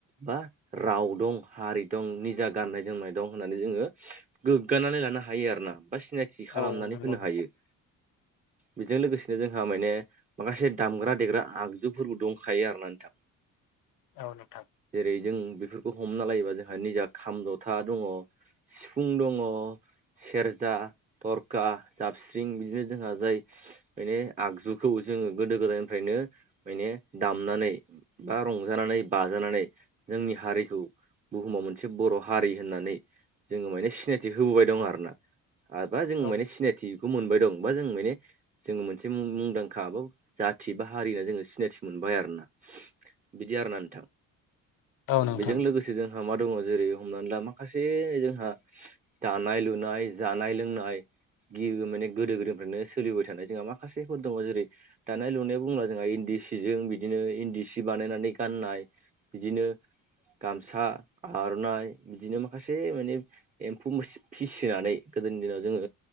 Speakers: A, on the right; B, on the left.
A: बा राव दं, हारि दं, निजा गाननाय जोमनाय दं होननानै जोङो गोग्गानानै लानो हायो आरोना। बा सिनायथि खालामनानै
B: औ नंगौ
A: होनो
B: नोंथां
A: हायो। बेजों लोगोसेनो जोंहा माने माखासे दामग्रा देग्रा आगजुफोरबो दंखायो आरोना नोंथां।
B: औ नोथां।
A: जेरै जों बेफोरखौ हमना लायोबा जोंहा निजा खाम जथा दङ। सिफुं दङ, सेरजा, थरखा, जाबस्रिं बिदिनो जोंहा जाय माने आगजुखौ जोङो गोदो गोदायनिफ्रायनो माने दामनानै बा रंजानानै बाजानानै जोंनि हारिखौ बुहुमाव मोनसे बर' हारि होननानै जोङो माने सिनायथि होबोबाय दं आरोना आरोबा जों
B: औ
A: माने सिनायथिखौ मोनबाय दं बा जों बेनि जोङो मोनसे मुंदांखाबो जाथि बा हारिना जोङो सिनायथि मोनबाय आरोना। बिदि आरोना नोंथां।
B: नोंथां
A: बेजों
B: औ
A: लोगोसे जोंहा मा दङ जेरै हमनानै ला माखासे जोंहा दानाय लुनाय जानाय लोंनाय गि माने गोदो गोदो फ्रायनो सोलिबोबाय थानाय जोंहा माखासेफोर दङ जेरै दानाय लुनायाव बुंब्ला जोंहा इन्दि सिजों बिदिनो इन्दि सि बानायनानै गाननाय। बिदिनो गामसा, आर'नाइ बिदिनो माखासे माने एम्फौ फिसिनानै गोदोनि दिनाव जोङो